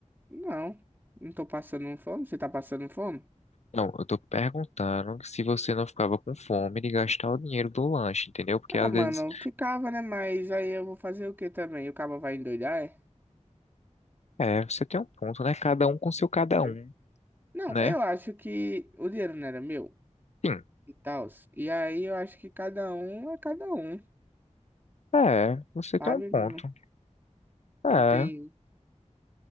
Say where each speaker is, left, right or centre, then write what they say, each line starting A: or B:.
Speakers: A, on the right; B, on the left.
A: Não. Não tô passando fome? Você tá passando fome?
B: Não, eu tô perguntando se você não ficava com fome de gastar o dinheiro do lanche, entendeu? Porque
A: Ah,
B: às vezes,
A: mano, ficava, né? Mas aí eu vou fazer o que também? O cabo vai endoidar, é?
B: é, você tem um ponto, né? Cada um com seu cada
A: Certeza.
B: um,
A: Não,
B: né?
A: eu acho que o dinheiro não era meu
B: Sim.
A: e tal. E aí eu acho que cada um é cada um,
B: É, você
A: sabe?
B: tem um ponto.
A: Não,
B: É,
A: não tem.